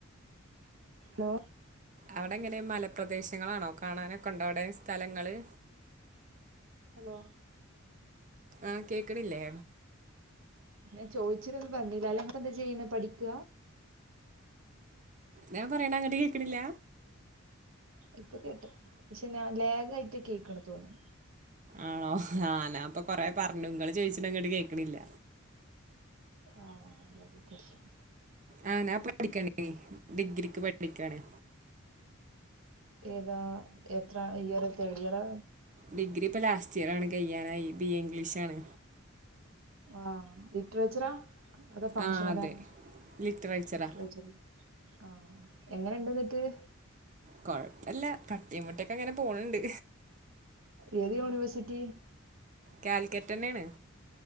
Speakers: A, on the right; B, on the right.
A: ലോ
B: അവിടെ എങ്ങനെ മലപ്രദേശങ്ങളാണോ കാണാനൊക്കെണ്ടോ അവിടെ സ്ഥലങ്ങള്
A: ഹലോ
B: ആ കേക്കണില്ലേ
A: ഞാൻ ചോദിച്ചിട്ടന്ന് പറഞ്ഞില്ല അല്ലങ്കക്ക് എന്താ ചെയ്യണ പഠിക്ക
B: ഞാൻ പറയണ അങ്ങട്ട് കേൾക്കണില്ല
A: ഇപ്പ കേട്ടും പക്ഷെ ഞാൻ ലേഗയിട്ട് കേക്കണ തോന്നി
B: ആണോ ആഞാ അപ്പൊ കൊറെേ പറഞ്ഞു ഇങ്ങൾ ചോയിിച്ചിട്ട അങ്ങോട്ട് കേക്കണില്ല
A: ആ <unintelligible>
B: ആ ഞാ പഠിക്കണ ഡിഗ്രിക്ക് പഠിക്കണേ
A: ഏതാ എത്ര ഇയർ തേർഡ് ഇയറാ
B: ഡിഗ്രി പലാസ്റ്റ് ഇയർ ആണ കയ്യാനായി ബി ഇംഗ്ലീഷ്ാണ്
A: ആഹ ഇട്രച്ചറ അതാ ഫഷനല്ലാ
B: ആ അതെ ലിറ്ററേച്ചറാ
A: <unintelligible> ആ എങ്ങനെണ്ട <unintelligible>
B: കൊഴപ്പല്ല തട്ടി മുട്ടിയോക്കെ അങ്ങനെ പോണണ്ട്
A: ഏത് യൂണിവേഴ്സിറ്റി
B: കൽിക്കറ്റ് ന്നെയാണ്